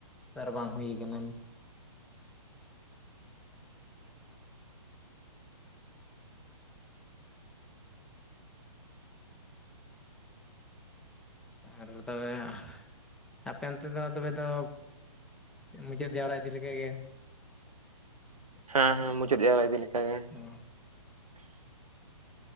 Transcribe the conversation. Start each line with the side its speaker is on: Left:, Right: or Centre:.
Centre: ᱟᱨ ᱵᱟᱝ ᱦᱩᱭ ᱟᱠᱟᱱᱟ᱾ ᱟᱨ ᱛᱚᱵᱮ ᱦᱟᱸᱜ ᱟᱯᱮ ᱚᱱᱛᱮ ᱫᱚ ᱛᱚᱵᱮ ᱫᱚ ᱢᱩᱪᱟᱹᱫ ᱡᱟᱣᱨᱟ ᱤᱫᱤ ᱞᱮᱠ ᱜᱮ᱾
Right: ᱦᱮᱸ ᱦᱮᱸ ᱢᱩᱪᱟᱹᱫ ᱡᱟᱣᱨᱟ ᱤᱫᱤ ᱞᱮᱠᱟᱜ ᱜᱮ᱾
Centre: ᱚ